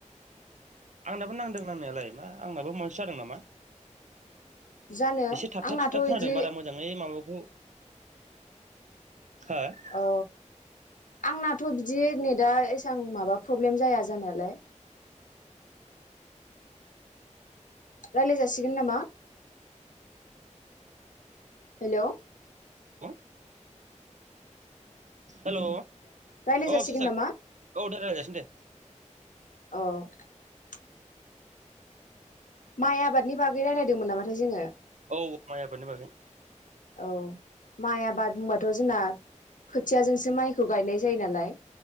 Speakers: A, on the right (about 70°); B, on the left (about 85°).
A: आंनाबो नांदों नांनायालाय मा आंनाबो महायसो जादों नामा।
B: जानो
A: एसे थाबथा
B: आंनाथ'
A: थुबथा खोनादों
B: इदि
A: बारा मोजाङै माबाखौ हो
B: अ आंनाथ' बिदि नेै दा एसबां माबा प्रब्लेम जाया जानायालाय रायलाय जासिगोन नामा। हेलौ
A: औ हेलौ
B: रायलाय
A: औ
B: जासिगोन
A: सुसाक
B: नामा
A: औ दे रायलायजासिगोन दे।
B: औ माइ आबादनि बागै रायलायदोंमोन नामाथाय जोङो
A: औ माइ आबादनि बागै।
B: औ माइ आबाद बुंबाथ' जोंना खोथियाजोंसो माइखौ गायनाय जायो नालाय।